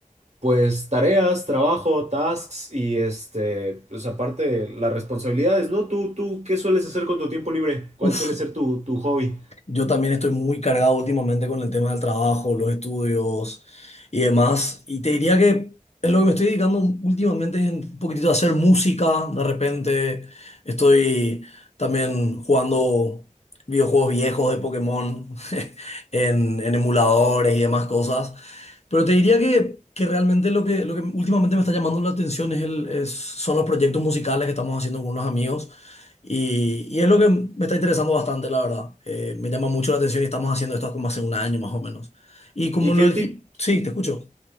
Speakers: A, on the right; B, on the left.
A: pues tareas, trabajo, tasks y este, pues aparte las responsabilidades, ¿no? Tú, tú, ¿qué sueles hacer con tu tiempo libre? ¿Cuál
B: Uf,
A: suele ser tu, tu hobby?
B: yo también estoy muy cargado últimamente con el tema del trabajo, los estudios y demás. Y te diría que en lo que me estoy dedicando últimamente es un poquitito a hacer música. De repente estoy también jugando videojuegos viejos de Pokémon <laughs> en, en emuladores y demás cosas. Pero te diría que, que realmente lo que, lo que últimamente me está llamando la atención es el, es- son los proyectos musicales que estamos haciendo con unos amigos. Y, y es lo que me está interesando bastante, la verdad. Eh, me llama mucho la atención y estamos haciendo esto como hace un año más o menos. Y como
A: ¿Y qué
B: lo
A: tip,
B: dije, sí, te escucho.